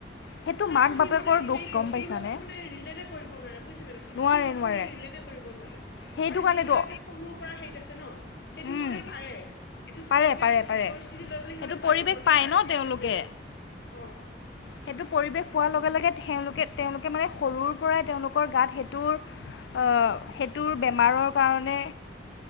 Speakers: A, on the left (about 85°); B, on the left (about 70°).
A: সেইটো
B: কাৰণ
A: মাক
B: সিহতে
A: বাপেকৰ দুখ
B: সেই বস্তুটোৰ
A: গম পাইছানে
B: লগত মানে ৰিলেটে কৰিব নোৱাৰে বুজিছে নে প্ৰকৃতিৰ
A: নোৱাৰে
B: লগত
A: নোৱাৰে
B: সানে ৰিলেটে কৰিব নোৱাৰে।
A: সেইটো
B: আৰু
A: কাৰণেতো
B: যিবিলাকে সৰুৰ পৰা হেত আছে ন সেইটো
A: উম,
B: সিহতে পাৰে এইটো
A: পাৰে
B: পৰিৱেশ
A: পাৰে পাৰে
B: পৰিস্থিতি লৈ পেললে
A: সেইটো
B: সিহতে পাৰে
A: পৰিৱেশ
B: যতেই
A: পায়
B: তাক
A: ন তেওঁলোকে
B: যায় ততেই অহ।
A: সেইটো পৰিৱেশ পোৱাৰ লগে - লগে তেওলোকে তেওলোকে মানে সৰুৰ পৰাই তেওলোকৰ গাত সেইটোৰ স তোৰ বেমাৰৰ কাৰণে